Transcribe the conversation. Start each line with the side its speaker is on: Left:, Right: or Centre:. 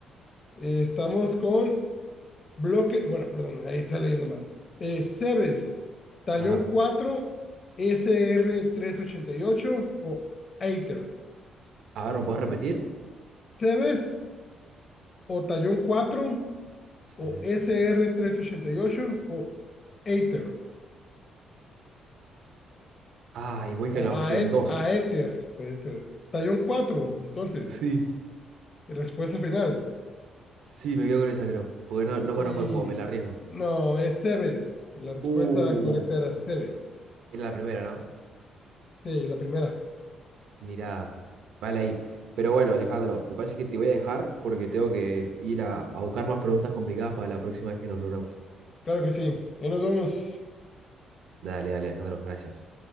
Left: Eh, estamos con Bloque, bueno, perdón, ahí está leyendo mal. Eh, Cebes, Tallón
Right: Ajá.
Left: 4, sr ocho o Aether.
Right: A ver, ¿me puedes repetir?
Left: Cebes o Tallón 4
Right: Sí,
Left: o sr
Right: sí.
Left: ocho o Aether
Right: Ah, y voy
Left: o
Right: con la opción
Left: Aet,
Right: dos.
Left: Aether, puede ser. Tallón 4 entonces,
Right: Sí,
Left: respuesta final.
Right: sí, me quedo con esa, creo. Porque no,
Left: Y
Right: no conozco el juego, me la arriesgo.
Left: no, es Cebes. La respuesta
Right: Uh,
Left: correcta era Cebes.
Right: era la primera, ¿no?
Left: Sí, la primera.
Right: Mirá, vale ahí. Pero bueno, Alejandro, me parece que te voy a dejar porque tengo que ir a, a buscar más preguntas complicadas para la próxima vez que nos reunamos.
Left: Claro que sí. Y nos vemos.
Right: Dale, dale, Alejandro, gracias.